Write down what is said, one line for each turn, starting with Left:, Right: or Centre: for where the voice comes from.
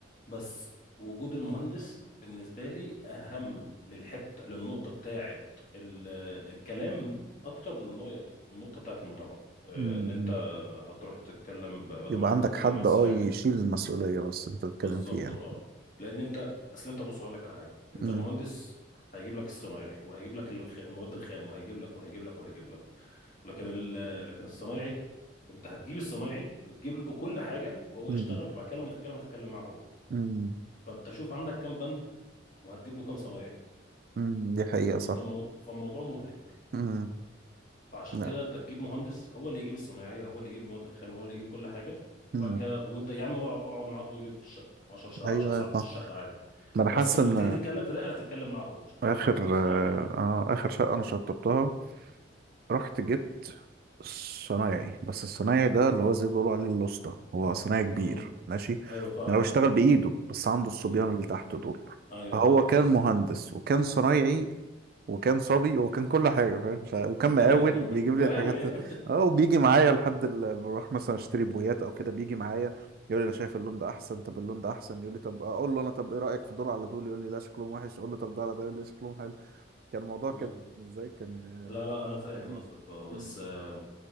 Left: بس وجود المهندس بالنسبة لي أهم للحتة للنقطة بتاعة ال- الكلام أكتر من النقطة النقطة بتاعة المتابعة آه،
Right: مم.
Left: إن أنت هتروح تتكلم ب- بدل
Right: يبقى
Left: ما تروح
Right: عندك
Left: تتكلم
Right: حد
Left: مع الصنايعي
Right: اه يشيل
Left: ت-
Right: المسؤوليه بس انت بتتكلم
Left: بالظبط
Right: فيه يعني
Left: أه لأن أنت أصل أنت بص أقول لك على حاجة أنت
Right: امم
Left: المهندس هيجيب لك الصنايعي وهيجيب لك الخ- المواد الخام وهيجيب لك وهيجيب لك وهيجيب لك لكن ال... لكن الصنايعي أنت هتجيب الصنايعي وتجيب له كل حاجة وهو
Right: امم
Left: يشتغل وبعد كده لما تتكلم هتتكلم معاه هو
Right: امم
Left: فانت شوف عندك كام بند وهتجيب له كام صنايعي
Right: امم دي حقيقة صح
Left: فانت الموضوع فالموضوع مهلك
Right: امم
Left: فعشان
Right: لا
Left: كده انت تجيب مهندس هو اللي يجيب الصنايعيه هو اللي يجيب مواد الخام هو اللي يجيب كل حاجه وبعد
Right: امم
Left: كده وانت يا عم اقعد اقعد معاه طول اليوم في الشقه 10 ساعات
Right: ايوه
Left: 10 ساعات
Right: ايوه صح
Left: في الشقه عادي
Right: ما انا
Left: بس
Right: حاسس
Left: لما
Right: ان
Left: تيجي تتكلم في الاخر هتتكلم معاه هو مش هتتكلم
Right: اخر
Left: مع كل صنايعي لوحده
Right: آه اخر شقة انا شطبتها رحت جبت صنايعي بس الصنايعي ده اللي هو زي ما بيقولوا عليه الواسطة هو صنايعي كبير
Left: امم
Right: ماشي
Left: ايوه فاهمك
Right: يعني هو اشتغل
Left: اه
Right: بايده بس عنده الصبيان
Left: امم
Right: اللي تحت دول
Left: ايوه
Right: فهو
Left: ايوه
Right: كان
Left: فاهم
Right: مهندس وكان صنايعي وكان صبي وكان كل حاجة فاهم ف... وكان
Left: <laughs>
Right: مقاول
Left: ايوه
Right: بيجيب
Left: مقاول
Right: لي الحاجات
Left: يعني
Right: اه وبيجي معايا لحد ال- ما بروح مثلا اشتري بويات او كده بيجي معايا يقول لي انا شايف اللون ده احسن طب اللون ده احسن يقول لي طب اقول له انا طب ايه رأيك في دول على دول يقول لي لا شكلهم وحش اقول له طب ده على ده يقول لي شكلهم حلو كان الموضوع
Left: امم
Right: كده ازاي كان آه،
Left: لا لا انا فاهم
Right: لذيذ
Left: قصدك اه
Right: مم.
Left: بس آه،